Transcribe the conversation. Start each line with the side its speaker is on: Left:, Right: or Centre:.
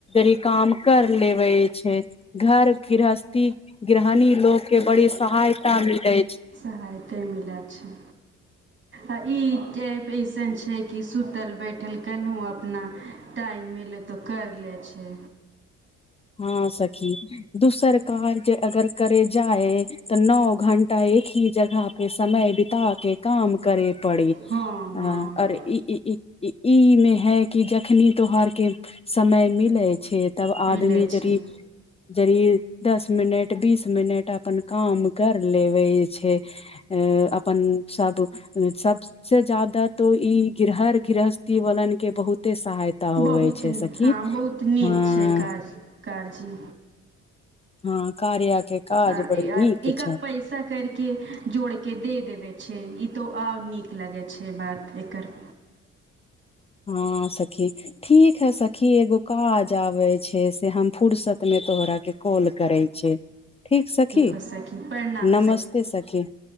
Left: री काम कर लेबे छै घर गृहस्थी गृहणी लोक के बड़ी सहायता मिले
Right: सहायते मिलैत छै आ ई टेप इस एसन छै कि सुतल बैठल केनू अपना टाइम मिलै तऽ कर ले छै
Left: हँ सखी दोसर कार्य अगर करे जाय तऽ नओ घंटा एक ही जगह पे समय बित के काम करे पड़ी
Right: हँ हँ
Left: आ अरे ई इ मे है कि जखनी तोहार के समय मिले छै तब आदमी
Right: मिलै
Left: जरी
Right: छै
Left: जरी दस मिनट बीस मिनट अपन काम कर लेबे छै अ अपन सब सबसे जादा तो ई गृहर गृहस्थी वालन के बहुते सहायता होवे
Right: बहुत
Left: छै सखी
Right: हँ बहुत नीक
Left: हँ
Right: छै काज काज इ
Left: हँ कार्या के काज
Right: आ
Left: बड़ी नीक
Right: एक
Left: छै
Right: पैसा करके जोड़के दे देबै छैे ई तऽ आउर नीक लगै छै बात एकर
Left: हँ सखी ठीक हइ सखी एगो काज आबैत छै से हम फुर्सतमे तोहराके कॉल करैत छी ठीक सखी
Right: हो सखी प्रणाम
Left: नमस्ते सखी